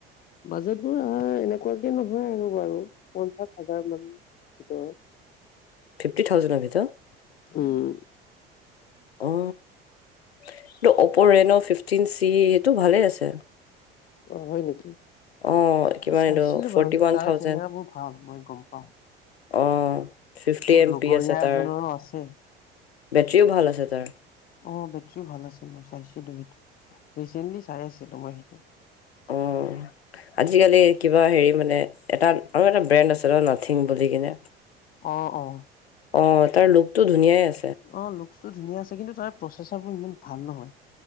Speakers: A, on the left; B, on the left.
A: বাজেট বোৰ এনেকুৱাকে নহয় আৰু বাৰু পঞ্চাশ হাজাৰ মা ন্ত
B: ফিফটি থাউজেণ্ডৰ ভিতৰত
A: উম,
B: উ এইটো অপ' ৰেন' ফিফটিন চি সেইটো ভালে আছে
A: অ হয় নেকি
B: অ
A: সটো
B: কিমান
A: চাইছিলো
B: এইটো ফৰ্টি
A: বাৰু সি
B: ওৱান
A: তাৰ
B: থাউজেণ্ড
A: কেমেৰাবোৰ ভাল মই গম পাও
B: অ ফিফটি
A: বহুত
B: এম
A: লগৰীয়া
B: পি আছে তাৰ
A: এজো আছে
B: বেটৰীও ভাল আছে তাৰ
A: অ বেটৰীও ভাল আছিল মই চাইছিলো সেইটো ৰিচেণ্টলি চাই আছিলো মই সেইটো
B: অ আজিকালি কিবা হেৰি মানে এটা আ এটা ব্ৰেণ্ড আছে ন নাথিং বুলি কিনে
A: অ অ
B: অ তাৰ লুোকতটো ধুনীয়াই আছে
A: অ লুকচটো ধুনীয়া আছে কিন্তু তাৰ প্ৰচেচাৰ বোৰ ইমান ভাল নহয়